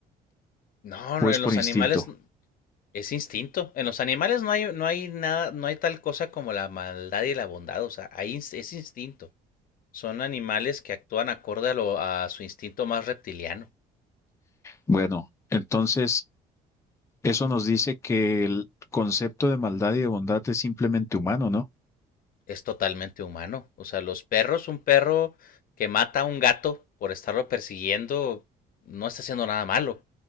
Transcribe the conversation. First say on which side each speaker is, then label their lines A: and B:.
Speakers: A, on the left; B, on the left.
A: No, no,
B: o es
A: en
B: por
A: los
B: instinto?
A: animales mm, es instinto. En los animales no hay, no hay nada, no hay tal cosa como la maldad y la bondad. O sea, hay, es instinto. Son animales que actúan acorde a, lo- a su instinto más reptiliano.
B: Bueno, entonces... Eso nos dice que el concepto de maldad y de bondad es simplemente humano, ¿no?
A: Es totalmente humano. O sea, los perros, un perro que mata a un gato por estarlo persiguiendo, no está haciendo nada malo.